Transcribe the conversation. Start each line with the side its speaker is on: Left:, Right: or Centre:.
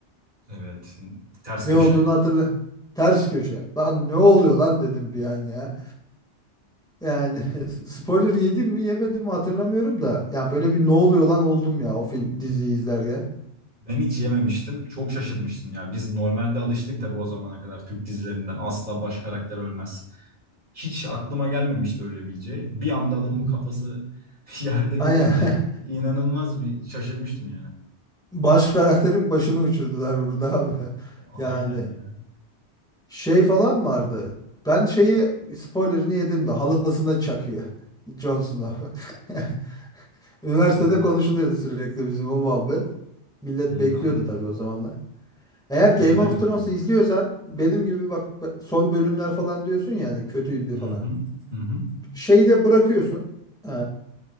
Right: Evet. Ters
Centre: Ne
Right: köşe.
Centre: olduğunu hatırla. Ters köşe. Lan ne oluyor lan dedim bir an ya. Yani <laughs> spoiler yedim mi yemedim mi hatırlamıyorum da. Yani böyle bir ne oluyor lan oldum ya o film diziyi izlerken.
Right: Ben hiç yememiştim. Çok şaşırmıştım ya. Biz normalde alıştık tabii o zamana kadar Türk dizilerinden asla baş karakter ölmez. Hiç aklıma gelmemişti öyle bileceği. Bir anda adamın
Centre: Hmm.
Right: kafası <laughs> yerde görünce
Centre: Aynen. <laughs>
Right: inanılmaz bir şaşırmıştım yani.
Centre: Baş karakterin başını uçurdular burada abi. <laughs>
Right: Aynen
Centre: Yani
Right: ya.
Centre: şey falan vardı. Ben şeyi spoilerını yedim de halasına çakıyor. <laughs> Jon Snow. <laughs> Üniversitede
Right: Evet evet.
Centre: konuşuluyordu sürekli bizim o muhabbet. Millet
Right: Hmm,
Centre: bekliyordu
Right: anladım.
Centre: tabii o zamanlar. Eğer Game
Right: Tabii tabii
Centre: of Thrones'u
Right: doğru.
Centre: izliyorsan benim gibi bak son bölümler falan diyorsun yani kötüydü
Right: Hı
Centre: falan.
Right: hı, hı hı.
Centre: şeyde bırakıyorsun. Ee,